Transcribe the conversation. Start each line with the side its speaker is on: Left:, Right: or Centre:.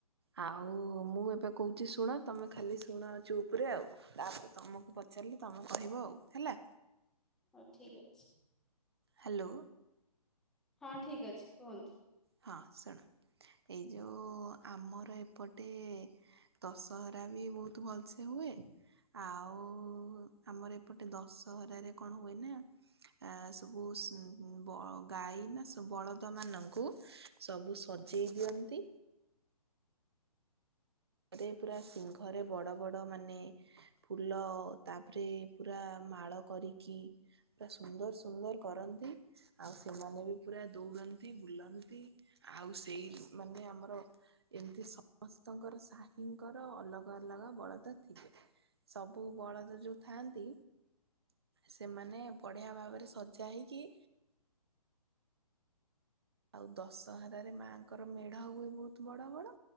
Right: ଆଉ ମୁଁ ଏବେ କହୁଛି ଶୁଣ ତମେ ଖାଲି ଶୁଣା ଅଛୁ ଉପରେ ଆଉ। ତାପରେ ତମକୁ ପଚାରିଲି ତମେ କହିବ ଆଉ ହେଲା।
Centre: ହଉ ଠିକ୍ ଅଛି।
Right: ହ୍ୟାଲୋ।
Centre: ହଁ ଠିକ ଅଛି କୁହନ୍ତୁ।
Right: ହଁ ଶୁଣ ଏଇ ଯୋଉ ଆମର ଏପଟେ ଦଶହରା ବି ବହୁତ ଭଲସେ ହୁଏ। ଆଉ ଆମର ଏପଟେ ଦଶହରାରେ କଣ ହୁଏ ନା ଆ ସୂବୁ ସୂ ଉ ବ ଗାଈ ନା ସ ବଳଦ ଦ ମାନଙ୍କୁ ସବୁ ସଜେଇ ଦିଅନ୍ତି। ଘରେ ପୁରା ସିଂଘରେ ବଡ ବଡ ମାନେ ଫୁଲ ତାପରେ ପୁରା ମାଳ କରିକି ପୁରା ସୁନ୍ଦର ସୁନ୍ଦର କରନ୍ତି। ଆଉ ସେମାନେ ବି ପୁରା ଦୌଡନ୍ତି ବୁଲନ୍ତି ଆଉ ସେଇ ମାନେ ଆମର ଏମିତି ସମସ୍ତଙ୍କର ସାହିଙ୍କର ଅଲଗା ଅଲଗା ବଳଦ ଥିଲେ। ସବୁ ବଳଦ ଯୋଉ ଥାଆନ୍ତି। ସେମାନେ ବଢିଆ ଭାବରେ ସଜା ହେଇକି ଆଉ ଦଶହରାରେ ମାଆଙ୍କର ମେଢ ହୁଏ ବହୁତ ବଡ ବଡ।